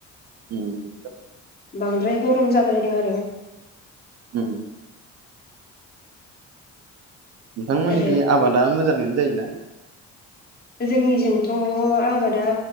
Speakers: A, on the right (about 55°); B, on the left (about 30°).
A: ओम <unintelligible>
B: बांद्राय गरम जाद्रायदों आरो
A: ओम नोंथांमोननि
B: आरो
A: आबादा मोजाङैनो जायोना
B: जोंनिजोंथ' आबादा